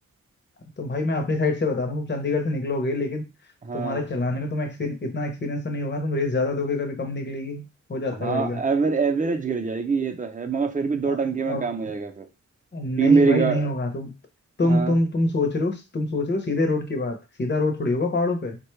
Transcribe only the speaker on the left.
तो भाई मैं अपनी साइड से बता रहा हूँ तुम चंडीगढ़ से निकलोगे लेकिन
तुम्हारे चलाने में तुम्हें एक्सपीरियंस इतना एक्सपीरियंस तो नहीं होगा तुम रेस ज्यादा दोगे कभी कम निकलेगी हो जाता
है गाड़ी का
और,
और
नहीं
भाई
नहीं होगा तुम तुम
तुम तुम सोच रहे हो तुम सोच रहे हो सीधे रोड की बात सीधा रोड थोड़ी होगा पहाड़ों पे